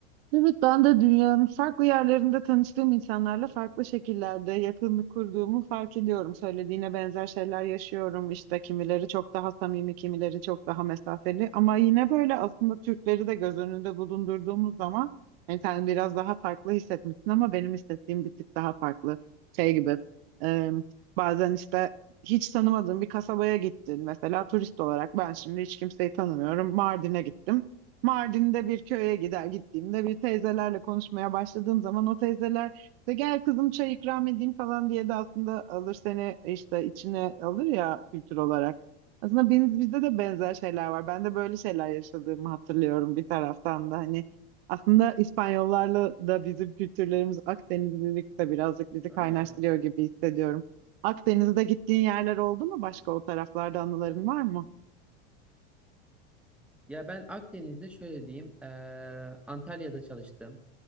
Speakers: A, on the right; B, in the centre.
A: Evet ben de dünyanın farklı yerlerinde tanıştığım insanlarla farklı şekillerde yakınlık kurduğumu fark ediyorum. Söylediğine benzer şeyler yaşıyorum. İşte kimileri çok daha samimi, kimileri çok daha mesafeli. Ama yine böyle aslında Türkleri de göz önünde bulundurduğumuz zaman yani sen biraz daha farklı hissetmişsin ama benim hissettiğim bir tık daha farklı. Şey gibi e, bazen işte hiç tanımadığım bir kasabaya gittin. Mesela turist olarak ben şimdi hiç kimseyi tanımıyorum. Mardin'e gittim. Mardin'de bir köye gider gittiğimde bir teyzelerle konuşmaya başladığım zaman o teyzeler işte gel kızım çay ikram edeyim falan diye de aslında alır seni işte içine alır ya kültür olarak. Aslında biz, bizde de benzer şeyler var. Ben de böyle şeyler yaşadığımı hatırlıyorum bir taraftan da hani aslında İspanyollarla da bizim kültürlerimiz Akdenizlilik de birazcık bizi
B: Ha.
A: kaynaştırıyor gibi hissediyorum. Akdeniz'de gittiğin yerler oldu mu? Başka o taraflarda anıların var mı?
B: Ya ben Akdeniz'de şöyle diyeyim e, Antalya'da çalıştım.